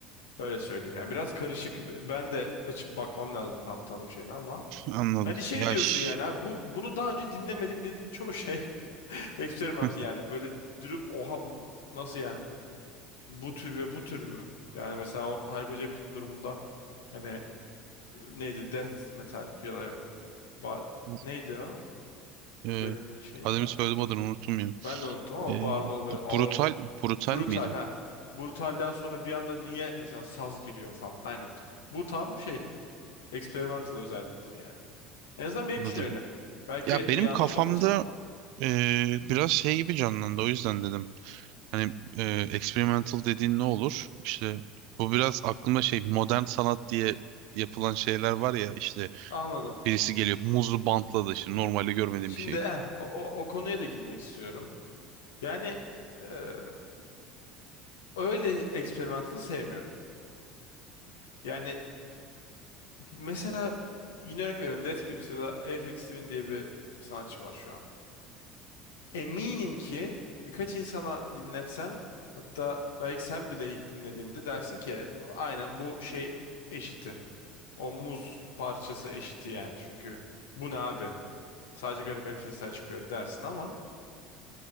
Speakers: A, on the left; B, on the right.
A: Öyle söyleyeyim. Yani biraz karışık. Ben de açıp bakmam lazım tam tanım şeyini ama
B: Anladım.
A: Hani şey
B: Ya
A: diyorsun
B: ş-
A: yani abi bu bunu daha önce dinlemedim dediğin çoğu şey <laughs> eksperiment
B: <laughs>
A: yani böyle durup oha bu nasıl yani bu, bu tür ve bu tür mü? Yani mesela o Hayko Cepkin'in durumunda hani e, neydi death metal ya da yok ba
B: bu,
A: neydi o
B: e,
A: söylediğin şey
B: adını
A: genre?
B: söyledim adını unuttum ya.
A: Ben de unuttum ama
B: E,
A: bağırmalı böyle
B: bu-
A: ağır
B: brutal brutal
A: brutal
B: miydi?
A: ha. Brutalden sonra bir anda niye mesela saz giriyor falan aynen. Bu tam şey Experimental özelliğidir yani. En azından benim
B: Anladım.
A: için öyle. Belki
B: Ya
A: yanlış
B: benim kafamda
A: olmasın ama
B: e, biraz şey gibi canlandı o yüzden dedim. Hani e, experimental dediğin ne olur? İşte bu biraz aklımda şey modern sanat diye yapılan şeyler var ya işte
A: anladım.
B: Birisi geliyor muzlu bantla da şimdi normalde görmediğim
A: Şimdi
B: bir şey.
A: eh, o, o, o konuya da girmek istiyorum. Yani eee, öyle experimental'ı sevmiyorum. Yani mesela yine örnek veriyorum Death Grips ya da Aphex Twin diye bir sanatçı var şu an. Eminim ki birkaç insana dinletsem hatta belki sen bile ilk dinlediğinde dersin ki bu, aynen bu şey eşiti. O muz parçası eşiti yani. Çünkü bu ne abi? Sadece garip garip sesler çıkıyor dersin ama